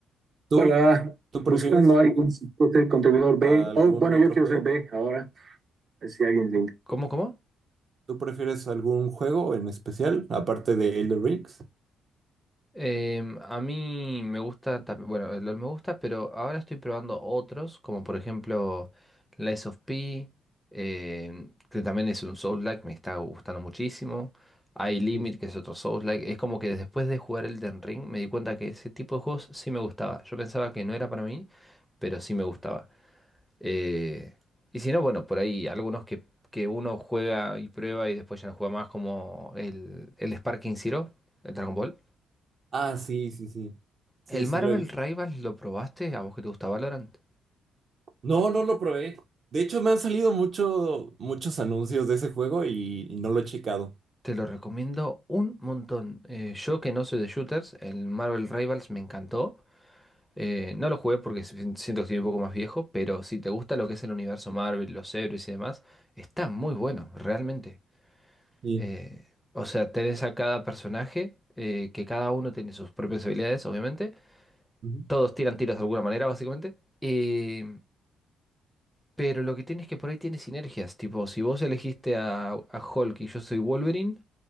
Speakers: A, on the right (about 50°); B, in the centre.
A: ¿Tú, Ojalá, tú prefieres buscando a prefieres alguien que sea contribuidor B. Oh, algún bueno, yo otro quiero ser juego? B ahora. A ver si alguien link.
B: ¿Cómo, cómo?
A: ¿Tú prefieres algún juego en especial, aparte de Elder Rings?
B: Em, a mí me gusta también, bueno, el LoL me gusta, pero ahora estoy probando otros, como por ejemplo Lies of P, em, que también es un Soulslike, me está gustando muchísimo. Hay Limit,
A: Sí.
B: que es otro Soulslike. Es como que después de jugar Elden Ring me di cuenta que ese tipo de juegos sí me gustaba. Yo pensaba que no era para mí, pero sí me gustaba. Eh, y si no, bueno, por ahí algunos que, que uno juega y prueba y después ya no juega más, como el, el Sparking Zero, el Dragon Ball.
A: Ah, sí, sí, sí. Sí,
B: ¿El
A: sí,
B: Marvel
A: la vi.
B: Rivals lo probaste? ¿A vos que te gusta Valorant?
A: No, no lo probé. De hecho, me han salido mucho, muchos anuncios de ese juego y, y no lo he checado.
B: Te lo recomiendo un montón. Eh, yo que no soy de shooters, el Marvel Rivals me encantó. Eh, no lo jugué porque si- siento que estoy un poco más viejo, pero si te gusta lo que es el universo Marvel, los héroes y demás, está muy bueno, realmente.
A: Sí.
B: Eh, o sea, tenés a cada personaje, eh, que cada uno tiene sus propias habilidades, obviamente.
A: Ujú.
B: Todos tiran tiros de alguna manera, básicamente. Y- pero lo que tiene es que por ahí tiene sinergias. Tipo, si vos elegiste a, a Hulk y yo soy Wolverine,